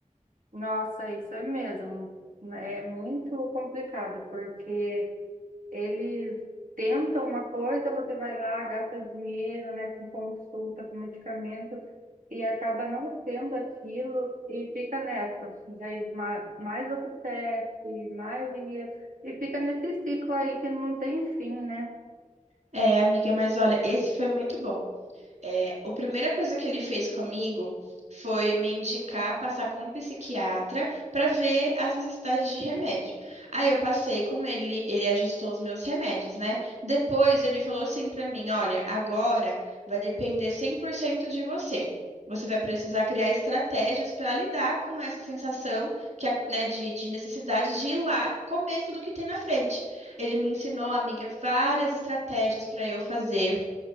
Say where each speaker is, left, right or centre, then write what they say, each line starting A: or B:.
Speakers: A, on the right (about 85°); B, on the right (about 60°).
A: Nossa, isso é mesmo. É muito complicado, porque. Eles tentam uma coisa, você vai lá, gasta dinheiro, né, com consulta, com medicamento, e acaba não sendo aquilo e fica nessa. E aí mais, mais outro teste, mais dinheiro, e fica nesse ciclo aí que não tem fim, né?
B: É, amiga, mas olha, esse foi muito bom. É, a primeira coisa que ele fez comigo foi me indicar passar com um psiquiatra para ver as necessidades de remédio. Aí eu passei com ele, ele ajustou os meus remédios, né? Depois ele falou assim para mim: olha, agora vai depender 100% de você. Você vai precisar criar estratégias para lidar com essa sensação que, a- né, de, de necessidade de ir lá comer tudo que tem na frente. Ele me ensinou, amiga, várias estratégias para eu fazer